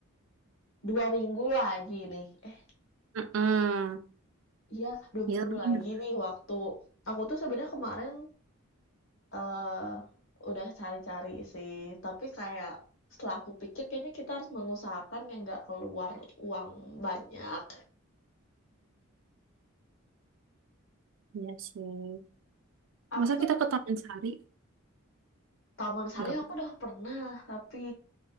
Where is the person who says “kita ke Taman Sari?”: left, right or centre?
Right